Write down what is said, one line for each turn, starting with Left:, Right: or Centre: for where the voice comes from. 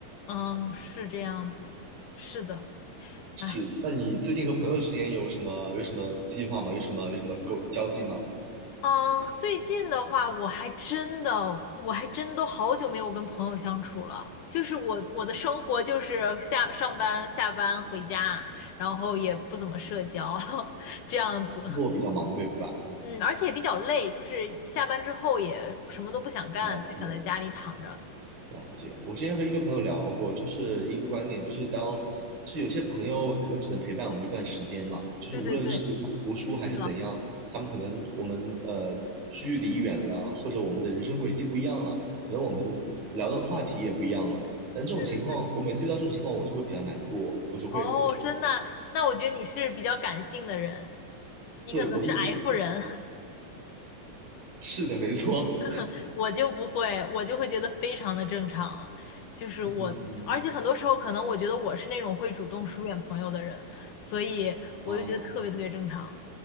Left: 嗯，是这样子，是的，
Right: 是，
Left: 哎，
Right: 那你最近和朋友之间有什么有什么计划吗？有什么有什么沟交际吗？
Left: 嗯，最近的话，我还真的，我还真都好久没有跟朋友相处了。就是我我的生活就是下上班、下班回家，然后也不怎么社交，<laughs> 这样子。
Right: 工作比较忙，对吧？
Left: 嗯，而且也比较累，就是一下班之后也什么都不想干，
Right: 了解。
Left: 就想在家里躺着。
Right: 了解，我之前和一个朋友聊过，就是一个观点，就是当，就是有些朋友可能只能陪伴我们一段时间嘛，就是无论是读书还是怎样，
Left: 对对对。是的，
Right: 他们可能我们呃距离远了，或者我们的人生轨迹不一样了，可能我们聊的话题也不一样了。但这种情况，
Left: 对对对，
Right: 我每次遇到这种情况，我就会比较难过，我就会，
Left: 哦，真的，那我觉得你是比较感性的人，你可能是
Right: 对，我一，
Left: F 人，
Right: 是的，没错，
Left: <laughs> 我就不会，我就会觉得非常的正常，就是我，
Right: 嗯
Left: 而且很多时候可能我觉得我是那种会主动疏远朋友的人，所以我就觉得特别特别正常，
Right: 啊，